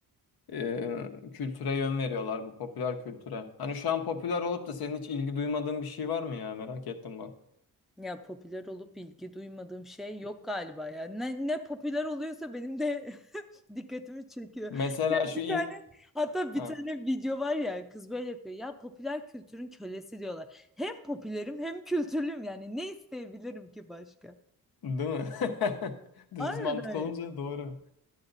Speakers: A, on the left; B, in the centre.
A: e, kültüre yön veriyorlar bu popüler kültüre. Hani şu an popüler olup da senin hiç ilgi duymadığın bir şey var mı ya? Merak ettim bak.
B: Ya popüler olup ilgi duymadığım şey yok galiba ya. Ne, ne popüler oluyorsa benim de <laughs> dikkatimi çekiyor.
A: Mesela
B: Ya
A: şu
B: Bir
A: in...
B: tane hatta bir
A: Ha,
B: tane video var ya kız böyle yapıyor. Ya popüler kültürün kölesi diyorlar. Hem popülerim hem kültürlüyüm yani ne isteyebilirim ki başka?
A: değil mi? <laughs> Düz
B: Harbiden.
A: mantık olunca doğru.